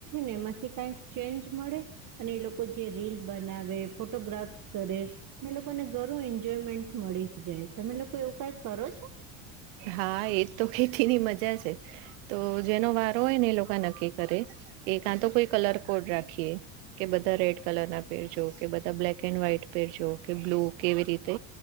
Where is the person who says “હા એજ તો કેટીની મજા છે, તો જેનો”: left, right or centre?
Right